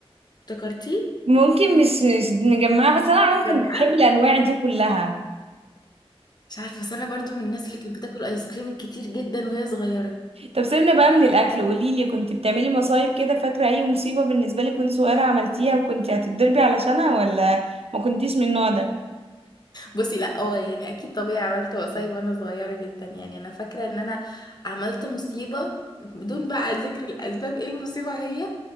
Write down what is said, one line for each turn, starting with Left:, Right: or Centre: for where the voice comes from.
Left: افتكرتي
Right: ممكن مش مش مجمعه بس انا عموما
Left: يا
Right: كنت
Left: جماعة
Right: بحب الانواع دي كلها
Left: مش عارفه بس انا برضو من الناس اللي كانت بتاكل ايس كريم كتير جدا وهي صغيره
Right: طب سيبنا بقى من الاكل قولي لي كنت بتعملي مصايب كده فاكره اي مصيبه بالنسبه لك وانت صغيره عملتيها وكنت هتتضربي علشانها ولا ما كنتيش من النوع ده
Left: بصي لا اه يعني اكيد طبيعي عملت مصايب وانا صغيره جدا يعني انا فاكره ان انا عملت مصيبه بدون بقى ذكر الاسباب ايه المصيبه هي